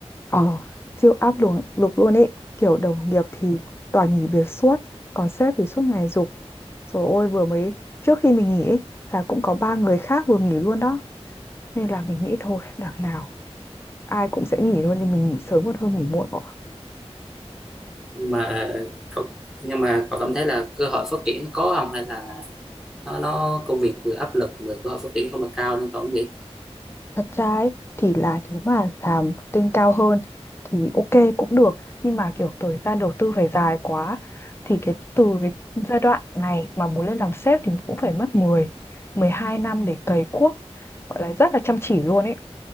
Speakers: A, on the left; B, in the centre.
A: ờ siêu áp lực lực luôn ấy kiểu đồng nghiệp thì toàn nghỉ việc suốt còn sếp thì suốt ngày giục Rồi ôi vừa mới trước khi mình nghỉ ấy, là cũng có ba người khác vừa nghỉ luôn đó nên là mình nghĩ thôi đằng nào ai cũng sẽ nghỉ luôn nên mình nghỉ sớm còn hơn nghỉ muộn có
B: Nhưng mà cậu nhưng mà cậu cảm thấy là cơ hội phát triển có không hay là nó, nó công việc vừa áp lực vừa cơ hội phát triển không là cao nên tôi cũng nghĩ
A: thật ra ấy, thì là nếu mà làm tên cao hơn thì ok cũng được nhưng mà kiểu thời gian đầu tư phải dài quá thì cái từ cái giai đoạn này mà muốn lên làm sếp thì cũng phải mất mười mười hai năm để cày cuốc gọi là rất là chăm chỉ luôn ấy